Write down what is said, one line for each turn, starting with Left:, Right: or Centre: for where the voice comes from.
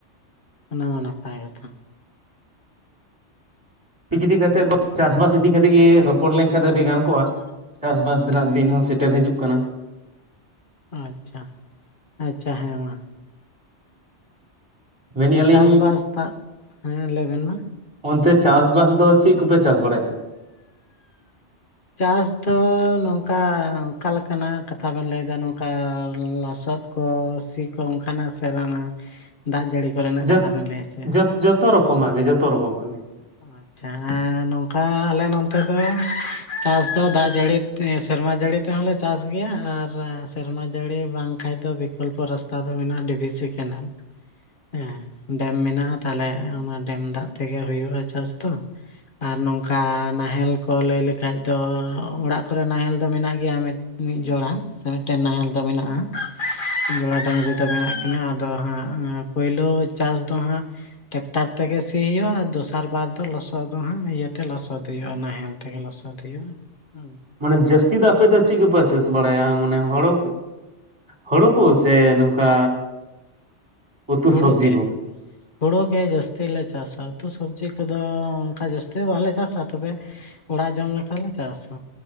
Left: ᱚᱱᱟᱢᱟ ᱱᱟᱯᱟᱭ ᱠᱟᱛᱷᱟ
Right: ᱤᱫᱤ ᱠᱟᱛᱮᱫ ᱫᱚ ᱪᱟᱥᱵᱟᱥ ᱤᱫᱤ ᱠᱟᱛᱮᱫ ᱜᱮ ᱨᱚᱯᱚᱲ ᱞᱮᱱᱠᱷᱟᱱ ᱫᱚ ᱟᱹᱰᱤ ᱜᱟᱱ ᱠᱚᱜᱼᱟ ᱪᱟᱥᱵᱟᱥ ᱨᱮᱱᱟᱜ ᱫᱤᱱ ᱦᱚᱸ ᱥᱮᱴᱮᱨ ᱦᱤᱡᱩᱜ ᱠᱟᱱᱟ
Left: ᱟᱪᱪᱷᱟ ᱟᱪᱪᱷᱟ ᱦᱮᱸ ᱢᱟ
Right: ᱢᱮᱱᱮᱫᱼᱟ ᱞᱤᱧ
Left: ᱪᱟᱥᱵᱟᱥ ᱫᱟᱜ ᱦᱮᱸ ᱞᱟᱹᱭ ᱵᱮᱱ ᱢᱟ
Right: ᱚᱱᱛᱮ ᱪᱟᱥᱵᱟᱥ ᱫᱚ ᱪᱮᱫ ᱠᱚᱯᱮ ᱪᱟᱥ ᱵᱟᱲᱟᱭ ᱛᱮ
Left: ᱪᱟᱥ ᱫᱚ ᱱᱚᱝᱠᱟ ᱚᱠᱟ ᱞᱮᱠᱟᱱᱟᱜ ᱠᱟᱛᱷᱟ ᱵᱮᱱ ᱞᱟᱹᱭᱮᱫᱟ ᱱᱚᱝᱠᱟ ᱞᱚᱥᱚᱫ ᱠᱚ ᱥᱤ ᱠᱚ ᱚᱱᱠᱟᱱᱟᱜ ᱥᱮ ᱟᱨᱚ ᱚᱱᱟ ᱫᱟᱜ ᱡᱟᱹᱲᱤ ᱠᱚᱨᱮᱱᱟᱜ ᱠᱟᱛᱷᱟ
Right: ᱡᱚᱛ
Left: ᱵᱮᱱ ᱞᱟᱹᱭ ᱦᱚᱪᱚᱭᱮᱫᱟ
Right: ᱡᱚᱛ ᱡᱚᱛᱚᱨᱚᱠᱚᱢᱟᱜ ᱜᱮ ᱡᱚᱛᱚ ᱨᱚᱠᱚᱢᱟᱜ ᱜᱮ
Left: ᱟᱪᱪᱷᱟ ᱱᱚᱝᱠᱟ ᱟᱞᱮ ᱱᱚᱱᱛᱮ ᱨᱮ ᱪᱟᱥ ᱫᱚ ᱫᱟᱜ ᱡᱟᱹᱲᱤ ᱛᱮ ᱥᱮᱨᱢᱟ ᱡᱟᱹᱲᱤ ᱛᱮᱦᱚᱸᱞᱮ ᱪᱟᱥ ᱜᱮᱭᱟ ᱟᱨ ᱥᱮᱨᱢᱟ ᱡᱟᱹᱲᱤ ᱵᱟᱝ ᱠᱷᱟᱱ ᱫᱚ ᱯᱨᱚᱠᱚᱞᱯᱚ ᱨᱟᱥᱛᱟ ᱫᱚ ᱢᱮᱱᱟᱜᱼᱟ ᱰᱤᱵᱤᱥ ᱥᱮ ᱠᱮᱱᱮᱞ ᱦᱮᱸ ᱰᱮᱢ ᱢᱮᱱᱟᱜᱼᱟ ᱛᱟᱦᱞᱮ ᱚᱱᱟ ᱰᱮᱢ ᱫᱟᱜ ᱛᱮᱜᱮ ᱦᱩᱭᱩᱜᱼᱟ ᱪᱟᱥ ᱫᱚ ᱟᱨ ᱱᱚᱝᱠᱟ ᱱᱟᱦᱮᱞ ᱠᱚ ᱞᱟᱹᱭ ᱞᱮᱠᱷᱟᱡ ᱫᱚ ᱚᱲᱟᱜ ᱠᱚᱨᱮ ᱱᱟᱦᱮᱞ ᱫᱚ ᱢᱮᱱᱟᱜ ᱜᱮᱭᱟ ᱢᱤᱫ ᱢᱤᱫ ᱡᱚᱲᱟ ᱥᱮ ᱢᱤᱫᱴᱮᱱ ᱱᱟᱦᱮᱞ ᱫᱚ ᱢᱮᱱᱟᱜᱼᱟ ᱡᱚᱲᱟ ᱰᱟᱹᱝᱨᱤ ᱫᱚ ᱢᱮᱱᱟᱜ ᱠᱤᱱᱟ ᱟᱫᱚ ᱦᱟᱸᱜ ᱯᱳᱭᱞᱳ ᱪᱟᱥ ᱫᱚ ᱦᱟᱸᱜ ᱴᱮᱨᱟᱠᱴᱟᱨ ᱛᱮᱜᱮ ᱥᱤ ᱦᱩᱭᱩᱜᱼᱟ ᱫᱚᱥᱟᱨ ᱥᱟᱨᱵᱟᱨ ᱫᱚ ᱞᱚᱥᱚᱫ ᱫᱚ ᱦᱜ ᱤᱭᱟᱹᱛᱮ ᱞᱚᱥᱚᱫ ᱦᱩᱭᱩᱜᱼᱟ ᱱᱟᱦᱮᱞ ᱛᱮ ᱞᱚᱥᱚᱫ ᱦᱩᱭᱩᱜᱼᱟ ᱦᱩ
Right: ᱢᱟᱱᱮ ᱡᱟᱹᱥᱛᱤ ᱫᱚ ᱟᱯᱮ ᱫᱚ ᱪᱮᱫ ᱠᱚᱯᱮ ᱪᱟᱥ ᱵᱟᱲᱟᱭᱟ ᱢᱟᱱᱮ ᱦᱳᱲᱳ ᱦᱩᱲᱩ ᱠᱚ ᱥᱮ ᱱᱚᱝᱠᱟ ᱩᱛᱩ
Left: ᱦᱩᱲᱩ
Right: ᱥᱚᱵᱽᱡᱤ
Left: ᱜᱮ
Right: ᱠᱚ?
Left: ᱦᱩᱲᱳ ᱜᱮ ᱡᱟᱹᱥᱛᱤ ᱞᱮ ᱪᱟᱥᱟ ᱩᱛᱩ ᱥᱚᱵᱡᱤ ᱠᱚᱫᱚ ᱚᱱᱠᱟ ᱡᱟᱹᱥᱛᱤ ᱫᱚ ᱵᱟᱞᱮ ᱪᱟᱥᱟ ᱛᱚᱵᱮ ᱚᱲᱟᱜ ᱡᱚᱢ ᱞᱮᱠᱷᱟᱱᱞᱮ ᱪᱟᱥᱟ